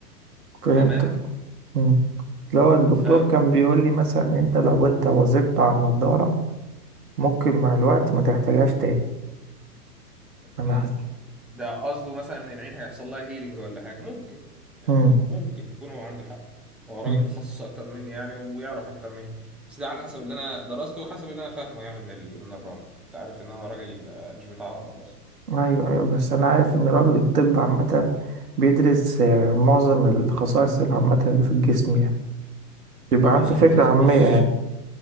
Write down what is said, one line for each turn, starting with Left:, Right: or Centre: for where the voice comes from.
Right: فهمتك
Centre: تمام
Right: امم لو الدكتور
Centre: ف
Right: كان بيقول لي مثلا إن انت لو انت وظبت على النضارة ممكن مع الوقت ما تحتاجهاش تاني انا
Centre: ممكن
Right: حاسس
Centre: ده قصده مثلا ان العين هيحصل لها هيلينج ولا حاجه ممكن يعني
Right: امم
Centre: ممكن يكون هو عنده حق هو راجل
Right: أمم.
Centre: متخصص اكتر مني يعني ويعرف اكتر مني بس ده على حسب اللي انا درسته وحسب اللي انا فاهمه يعني من ال... من الرمد انت عارف ان انا راجل آه، مش بتاع رمد اصلا
Right: ايوه ايوه بس انا عارف ان راجل الطب عامة بيدرس آه، معظم الخصائص العامة اللي في الجسم يعني يبقى
Centre: معظم
Right: عنده فكرة
Centre: الخصائص
Right: عامية
Centre: بص
Right: يعني